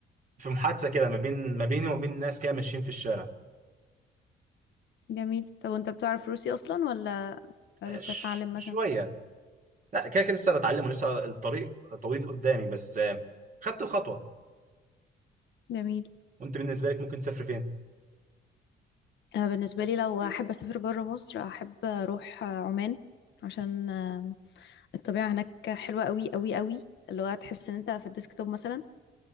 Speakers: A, on the right; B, on the left.
A: في محادثه كده ما بين ما بيني وما بين ناس كده ماشيين في الشارع
B: جميل طب وانت بتعرف روسي اصلا ولا ولا
A: آه،
B: لسه
A: ش-
B: تتعلم
A: شويه
B: مثلا
A: لا كده كده لسه بتعلم ولسه الطريق طويل قدامي بس آه، خدت الخطوه
B: جميل
A: وانت بالنسبه لك ممكن تسافر فين؟
B: آه بالنسبة لي لو احب اسافر بره مصر احب اروح آه، عمان عشان آه، الطبيعة هناك حلوة قوي قوي قوي اللي هو هتحس ان انت في الديسكتوب مثلا